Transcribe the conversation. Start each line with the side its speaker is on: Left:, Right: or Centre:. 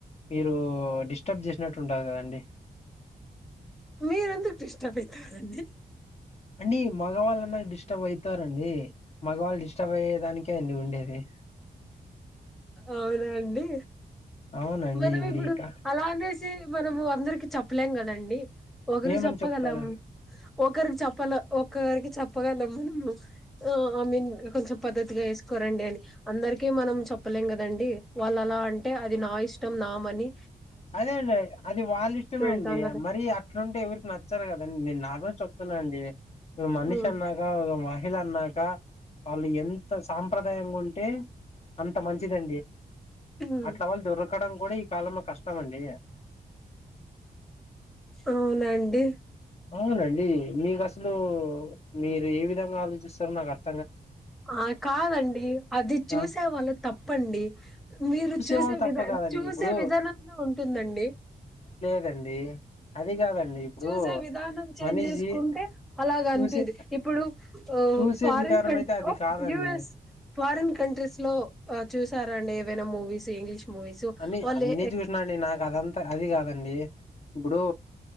Left: మీరు డిస్టర్బ్ చేసినట్టు ఉంటాది కదండి
Centre: మీరెందుకు డిస్టర్బ్ అవుతారండి
Left: అండి మగవాళ్ళన్న డిస్టర్బ్ అయితారండి మగవాళ్ళు డిస్టర్బ్ అయ్యే దానికే అండి ఉండేది
Centre: అవునా అండి
Left: అవునండి
Centre: మనం ఇప్పుడు
Left: ఇక
Centre: అలా అనే చి మనము అందరికి చెప్పలేం కదండి. ఒకరికి
Left: ఏమని
Centre: చెప్పగలము
Left: చెప్తారు
Centre: ఒకరికి చెప్పలే ఒక ఒక్కరికి చెప్పగలం మనము ఐ మీన్ కొంచెం పద్ధతిగా వేసుకోరండి అని అందరికీ మనం చెప్పలేం కదండి వాళ్ళ అలా అంటే అది నా ఇష్టం నామని
Left: అదే అండి అది వాళ్ళ ఇష్టమేండి
Centre: ఉంటాం కదా
Left: మరీ అక్కడంటే ఎవరికి నచ్చారు కదండి నేను నాగురించి చెప్తున్నానండి మనిషి
Centre: ఉమ్,
Left: అన్నాక ఒక మిలాన్నాక వాళ్ళు ఎంత సాంప్రదాయంగా ఉంటే అంత మంచిదండి
Centre: ఉమ్,
Left: అట్లా వాళ్ళు దొరకడం కూడా కాలమ కష్ట కష్టమండి
Centre: అవునండి
Left: అవునండి మీకు అసలు మీరు ఏ విధంగా ఆలోచిస్తారు నాకు అర్థ
Centre: ఆ కాదండి అది చూసే
Left: ఆ
Centre: వాళ్ళు తప్పండి మీరు చూసే
Left: వాళ్ళు
Centre: విధానం
Left: తప్ప కాదండి
Centre: చూసే
Left: ఇప్పుడు
Centre: విధానంలో ఉంటుందండి
Left: లెండి ఆ అది కాదండి ఇప్పుడు
Centre: చూసే విధానం చేంజ్
Left: మనిషి
Centre: చేసుకుంటే అలాగనిపిదు
Left: చూసే
Centre: ఇప్పుడు
Left: చూసే
Centre: ఫారిన్
Left: విధానం
Centre: కంట్రీస్
Left: అయితే అది కాదండి
Centre: యూరస్
Left: అని
Centre: ఫారిన్ కంట్రీస్ లో చూసారండి ఏవైనా మూవీస్ ఇంగ్లీష్ మూవీస్
Left: అన్ని
Centre: వాళ్ళు
Left: అన్నీ చూసినాండి నాకు అదంతా అది కాదు అండి ఇప్పుడు